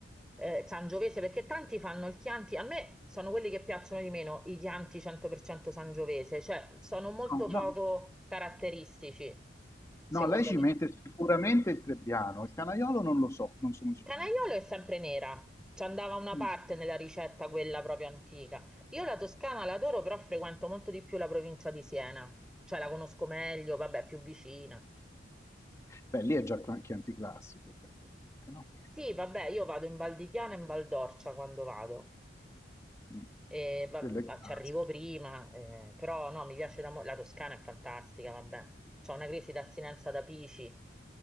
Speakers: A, in the centre; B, on the left (about 15°).
A: eh, sangiovese, perché tanti fanno il Chianti, a me sono quelli che piacciono di meno, i Chianti 100% sangiovese, cioè sono molto
B: No,
A: poco
B: no,
A: caratteristici, secondo
B: no, lei ci
A: me.
B: mette sicuramente il trebbiano, il canaiolo non lo so, non sono
A: Il
B: sicuro.
A: Canaiolo è sempre nera, ci andava una
B: Mm.
A: parte nella ricetta quella proprio antica. Io la Toscana l'adoro, però frequento molto di più la provincia di Siena, cioè la conosco meglio, vabbè, più vicina.
B: Beh, lì è già cla- chianti classico praticamente, no?
A: Sì, vabbè, io vado in Val di Chiana e in Val d'Orcia quando vado,
B: Mm.
A: E va-
B: Quello
A: ma
B: è
A: ci
B: classico.
A: arrivo prima, eh, però no, mi piace da mo- la Toscana è fantastica, vabbè, c'ho una crisi d'astinenza da Pici,